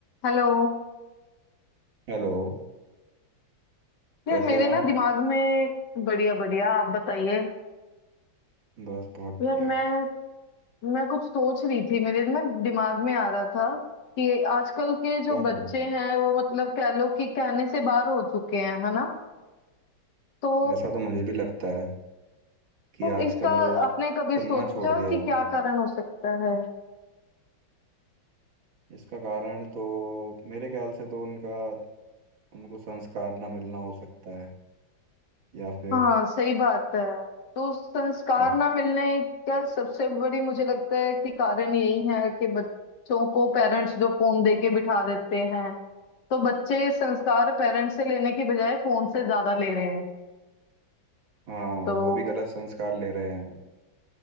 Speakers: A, on the left (about 60°); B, on the right (about 75°).
A: Hello
B: हेलो कैसे
A: यार मेरे
B: हैं
A: ना
B: आप
A: दिमाग में बढ़िया बढ़िया आप बताइए
B: बस बहुत
A: यार
B: बढ़िया
A: मैं मैं कुछ सोच रही थी मेरे ना दिमाग में आ रहा था कि आजकल के जो
B: क्या हुआ
A: बच्चे हैं वो मतलब कह लो कि कहने से बाहर हो चुके हैं है ना तो
B: ऐसा तो मुझे भी लगता है कि
A: तो
B: आजकल
A: इसका
B: लोग सुनना
A: आपने कभी सोचा
B: छोड़ दिया
A: कि
B: है उन्होंने
A: क्या कारण हो सकता है
B: इसका कारण तो मेरे ख्याल से तो उनका उनको संस्कार ना मिलना हो सकता है या फिर
A: हाँ सही बात है तो संस्कार
B: और-
A: ना मिलने का सबसे बड़ी मुझे लगता है कि कारण यही है कि बच्चों को पेरेंट्स जो फोन दे के बिठा देते हैं तो बच्चे संस्कार पेरेंट्स से लेने की बजाय फोन से ज्यादा ले रहे हैं
B: हाँ
A: तो
B: और वो भी गलत संस्कार ले रहे हैं वो